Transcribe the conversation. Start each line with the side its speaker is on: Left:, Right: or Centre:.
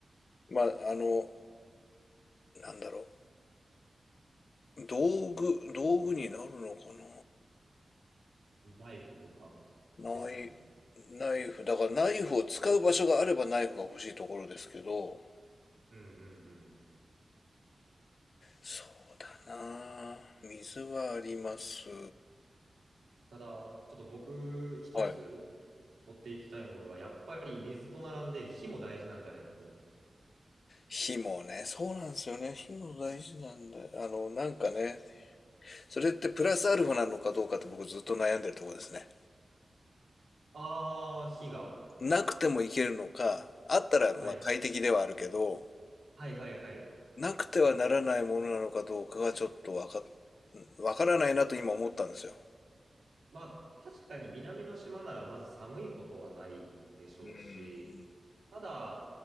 Left: まあ、あの、なんだろう。道具、道具になるのかな。
Right: ナイフとか
Left: どうナイ、
Right: ですかね。
Left: ナイフ。だからナイフを使う場所があればナイフが欲しいところですけど、
Right: うんうんうん。
Left: そうだなぁ。水はあります。
Right: ただ、ちょっと僕、一つ
Left: はい。
Right: 持っていきたいものが、やっぱり水と並んで火も大事なんじゃないかと。
Left: 火もね、そうなんですよね。火も大事なんだよ。あの、なんかね、それってプラスアルファなのかどうかって僕ずっと悩んでるところですね。
Right: ああ、火が。
Left: なくてもいけるのか、あったらまあ快適ではあるけど、
Right: はい。はいはいはい。
Left: なくてはならないものなのかどうかがちょっとわか、わからないなと今思ったんですよ。
Right: まあ、確かに南の島ならまず寒いことはないでしょうし、
Left: うん。
Right: ただ、